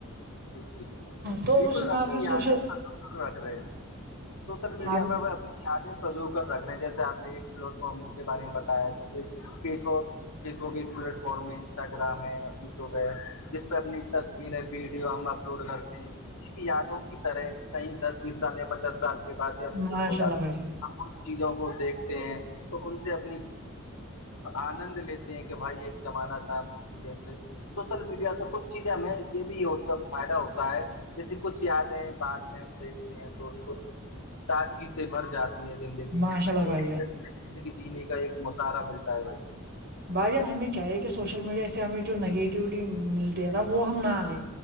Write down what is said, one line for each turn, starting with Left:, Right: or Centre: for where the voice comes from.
Left: جی جی جی
Right: تو
Left: بالکل
Right: اس حساب
Left: اپنی
Right: سے
Left: یادیں
Right: سوشل
Left: کاور رکھ رہے ہیں سوشل میڈیا
Right: ہاں
Left: پہ اپنی یادیں سجو کر رکھ رہے ہیں جیسے آپ نے ایک پلیٹ فارم کے بارے میں بتایا ج فیس فیس بک ایک پلیٹ فارم ہے انسٹاگرام ہے یوٹیوب ہے پ اپنی تصویریں ویڈیو ہم اپلوڈ کرتے ہیں یادوں کی طرح کہیں دس بیس سال یا پچاس سال کے بعد بزرگ
Right: ماشاء
Left: ہو جاتا
Right: اللہ بھائی
Left: ہے
Right: جان،
Left: چیزوں کو دیکھتے ہیں تو ان سے اپنی آنند لیتے ہیں کہ بھائی یہ جمانا تھا اس چیز سے سوشل میڈیا پ کچھ چیزیں ہمیں یہ بھی فائدہ ہوتا ہے جیسے کچھ یادیں بات ہم دیکھتے ہیں تو اس کو تازگی سے بھر جاتی ہے زندگی
Right: ماشاء اللہ
Left: تو
Right: بھائی جان۔
Left: زندگ جینے کا ایک مشارہ بھرتا ہے بھایی جان
Right: بھجان ہمیں چاہے کہ سوشل میڈیا سے ہمیں جو نگیٹو ایکٹیوٹی ملتی ہے نا وہ ہم نہ لے